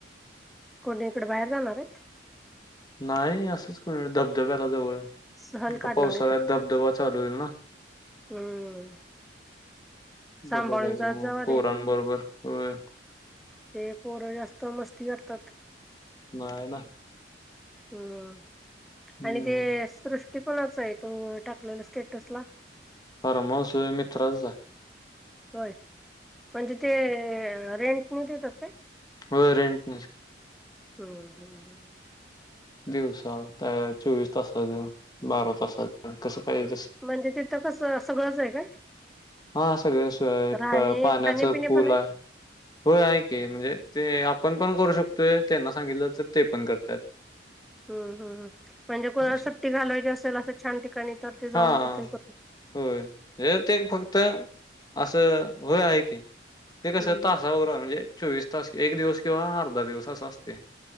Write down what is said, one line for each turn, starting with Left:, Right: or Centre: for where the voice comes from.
Centre: कोणी इकड बाहेर जाणार आहेत?
Left: नाही असंच कोणीकड धबधब्याला जवळ,
Centre: सहल
Left: आता
Centre: काढणार
Left: पावसाळ्यात
Centre: आहे का
Left: धबधबा चालू होईल ना.
Centre: हम्म सांभाळून
Left: बघायचं
Centre: जात
Left: मग,
Centre: जावा
Left: पोरांबरोबर
Centre: रे
Left: होय.
Centre: ते पोरं जास्त मस्ती करतात.
Left: नाही ना.
Centre: हम्म,
Left: हम्म
Centre: आणि ते
Left: हम्म.
Centre: सृष्टी कोणाच हाय? तो टाकलेला स्टेटसला.
Left: फार्महाऊस व्हय मित्राचच हाय.
Centre: होय, म्हणजे ते रेंटने देतात काय?
Left: होय रेंटनेच की.
Centre: हम्म, हम.
Left: दिवसा, चोवीस तासाचं, बारा तासाच कसं पाहिजे तस.
Centre: म्हणजे तिथं कसं सगळंच हाय काय?
Left: हा सगळे सोय
Centre: राहणे
Left: हाय, पाण्याच
Centre: खाणे पिणे
Left: पूल
Centre: पण आहे
Left: हाय. होय आहे की, म्हणजे ते आपण पण करू शकतोय. त्यांना सांगितलं तर ते पण करतात.
Centre: हम्, हम्, हम म्हणजे कोणाला
Left: असं.
Centre: सुट्टी घालवायची असेल असं छान ठिकाणी तर ते जाऊन
Left: हां,
Centre: तिथे करत
Left: होय, हे ते फक्त असं, होय आहे की. ते
Centre: हम्म
Left: कसं तासावर हाय, म्हणजे चोवीस तास, एक दिवस किंवा अर्धा दिवस असं असतय.